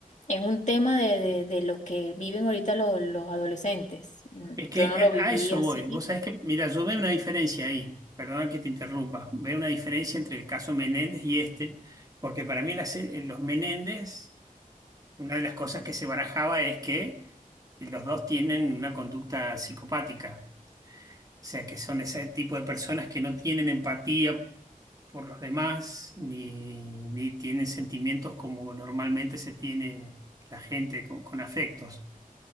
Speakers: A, on the left; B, on the right.
A: Es un tema de, de- de lo que viven ahorita los, los adolescentes. Mm,
B: Es que
A: Yo no lo
B: a
A: viví
B: a eso
A: así.
B: voy. Vos sabés que, mira, yo veo una diferencia ahí, perdón que te interrumpa, veo una diferencia entre el caso Menéndez y este, porque para mí las- eh, los Menéndez Una de las cosas que se barajaba es que los dos tienen una conducta psicopática, o sea, que son ese tipo de personas que no tienen empatía por los demás, ni, ni tienen sentimientos como normalmente se tiene la gente con, con afectos.